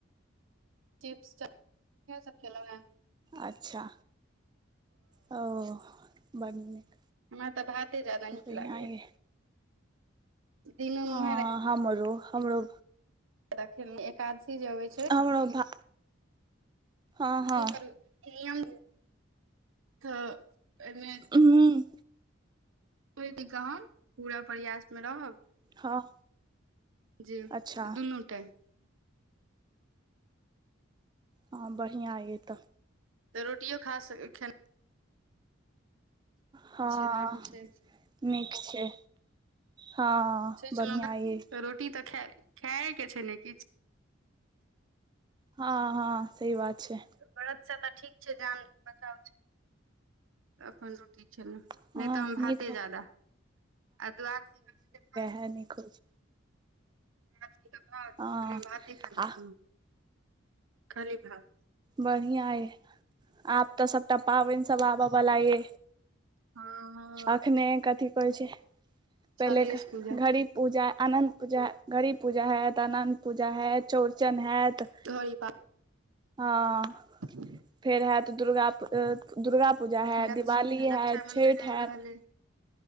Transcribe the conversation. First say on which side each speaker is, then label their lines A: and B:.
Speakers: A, on the right (about 75°); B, on the right (about 20°).
A: चिप्स चऽ, इहे सब खेलहुॅं हें।
B: अच्छा ओ बड नीक।
A: हमरा तऽ भाते जादा
B: बढ़िआँ
A: नीक लागे
B: ये
A: या। दिनो मे
B: हँ
A: उहे, राइ
B: हमरो, हमरो
A: तखन एकादसी जेबै
B: हमरो भा हँ हँ
A: की कर <unintelligible> नियम त एहिमे
B: हूँ
A: ओ एति गाम, पूरा प्रयासमे रहब।
B: हँ
A: जी
B: अच्छा
A: दुनू टाइम
B: हँ बढ़िआँ ये तऽ
A: तऽ रोटियो खा स, खेला
B: हँ
A: छै धर्म छै
B: नीक छै। हँ
A: सोचलहु
B: बढ़िआँ
A: न
B: ये
A: तऽ रोटी तऽ खऽ, खाएके छै ने किछु।
B: हँ हँ सही बात छै।
A: बरत स तऽ ठीक छै जान बचाव छै। त अपन रोटी खेलों।
B: हँ
A: नै तऽ हम
B: नीक
A: भाते जादा। आ द्वादसी क
B: वैह निक होइ छै।
A: मछली क भात,
B: हँ
A: भाते खा लै
B: आ
A: छी दूनू। खाली भात
B: बढ़िया ऐ, आब तऽ सबटा पाबैन सब आबऽ बला ये।
A: हँ
B: अखने कथी कहै छै। पहिले
A: सलेश
B: घड़ी,
A: पूजा
B: घड़ी पूजा अनन्त, पूजा घड़ी पूजा हेत, अनन्त पूजा हेत, चौरचन हैत।
A: घड़ी पा
B: हँ
A: ह
B: फेर हए तऽ दुर्गा पू दुर्गा पूजा हैत
A: रक्ष
B: दिवाली
A: रक्षाबंधन
B: हैत छठि
A: आबि
B: हैत।
A: रहल अइ